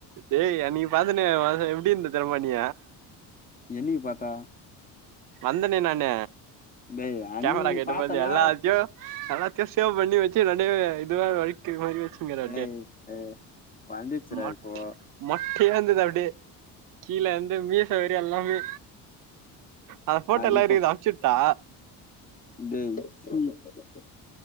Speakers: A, on the right (about 60°); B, on the left (about 25°).
A: டேய் அன்னக்கி பாத்தானே எப்படி இருந்த தெரியுமா நீ
B: எனக்கி பாத்தா
A: வந்தனே நானு
B: டேய் அன்னைக்கு
A: கேமரா
B: நீ
A: கேட்டுபோது
B: பாத்தன்னா
A: எல்லாச்சு எல்லாத்தயும் சேவ் பண்ணி வச்சு ரெண்டயும் இதுவ வழிக்கி மாரி வச்சு <unintelligible>
B: ஏய் ஏய் வளந்துச்சுடா
A: மொட்
B: இப்போ
A: மொட்டய இருந்தா அப்டியே கீழே வந்து மீசவரி எல்லாமே அந்த போட்டோ
B: அது
A: எல்லா
B: இப்போ
A: இருக்து அம்சுட்டா
B: டேய் <unintelligible>